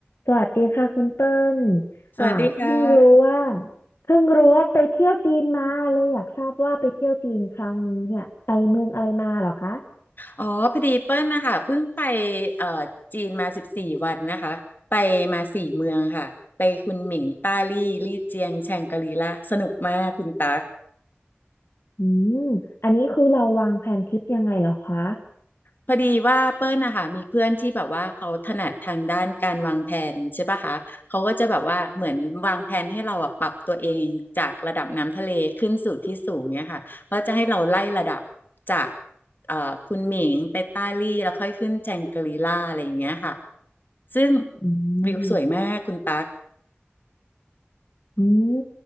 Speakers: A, on the left; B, on the left.
A: สวัสดีค่ะคุณเติ้ล
B: สวัสดีค่ะ
A: อ่าเพิ่งรู้ว่าเพิ่งรู้ว่าไปเที่ยวจีนมาเลยอยากทราบว่าไปเที่ยวจีนครั้งนี้เนี่ยไปเมืองอะไรมาเหรอคะ
B: อ๋อพอดีเปิ้ลนะคะเพิ่งไปเอ่อจีนมาสิบสี่วันนะคะ ไปมาสี่เมืองค่ะ ไปคุนหมิงต้าลี่ ลี่เจียง แชงกรีลาสนุกมากคุณตั๊ก
A: อืมอันนี้คือเราวางแผนทริปยังไงเหรอคะ
B: พอดีว่าเปิ้ลนะคะมีเพื่อนที่แบบว่าเขาถนัดทางด้านการวางแผนใช่ปะคะเขาก็จะแบบว่าเหมือนวางแผนให้เราอะปรับตัวเองจากระดับน้ำทะเลขึ้นสู่ที่สูงเนี่ยค่ะเขาจะให้เราไล่ระดับจากเอ่อคุณหมิงไปต้าลี่แล้วค่อยขึ้นแจงกรีล่าอะไรอย่างเงี้ยค่ะซึ่ง
A: อื
B: วิวสวยมากคุณตั๊ก
A: ม อืม